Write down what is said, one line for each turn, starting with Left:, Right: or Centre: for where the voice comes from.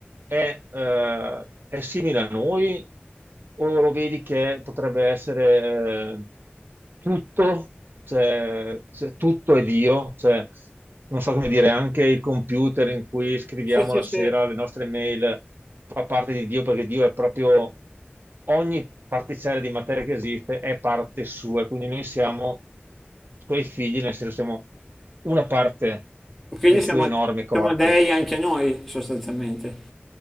Right: È, eh, è simile a noi o lo vedi che potrebbe essere... eh, tutto, cioè, cioè, tutto è Dio, cioè, non so come dire, anche il computer in cui scriviamo
Centre: sì, sì,
Right: la
Centre: sì.
Right: sera le nostre mail fa parte di Dio perché Dio è proprio ogni particella di materia che esiste è parte sua, e quindi noi siamo suoi figli, nel senso siamo una parte
Centre: Quindi
Right: del
Centre: siamo,
Right: suo enorme corpo.
Centre: siamo dei anche noi sostanzialmente.